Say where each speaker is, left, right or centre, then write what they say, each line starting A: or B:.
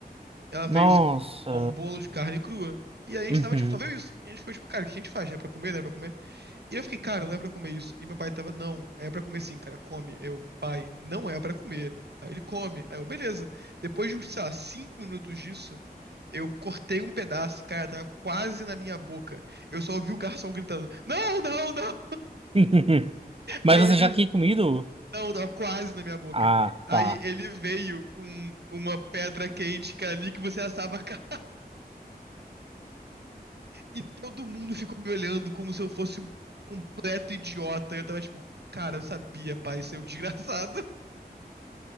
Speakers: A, on the right; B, on the right.
A: Ela veio
B: nossa.
A: assim, um, um bolo de carne crua. E aí a gente
B: Uhum.
A: tava, tipo, só veio isso. E a gente ficou, tipo, cara, o que a gente faz? É pra comer, não é pra comer? E eu fiquei, cara, não é pra comer isso. E meu pai tava, não, é pra comer sim, cara, come. Eu, pai, não é pra comer. Aí ele come. Aí eu, beleza. Depois de, sei lá, cinco minutos disso, eu cortei um pedaço, cara, tava quase na minha boca. Eu só ouvi o garçom gritando, não, não, não.
B: <laughs> Mas
A: Aí
B: você
A: ele
B: já tinha comido?
A: Não, tava quase na minha boca.
B: Ah,
A: Aí
B: tá.
A: ele veio com uma pedra quente, cara, ali que você assava a carne. E todo mundo ficou me olhando como se eu fosse um completo idiota. Eu tava tipo, cara, eu sabia, pai, seu desgraçado. <laughs>